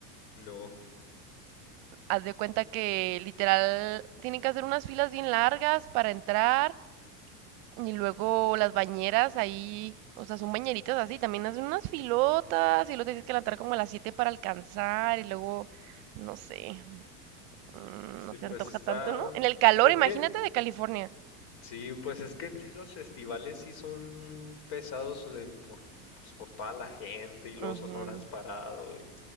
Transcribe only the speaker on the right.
Haz de cuenta que literal tienen que hacer unas filas bien largas para entrar Y luego las bañeras ahí, o sea, son bañeritas así, también hacen unas filotas y luego tienes que levantar como a las 7 para alcanzar y luego, no sé, mm,
no se
antoja
tanto, ¿no? En el calor,
imagínate
de California.
Ujú.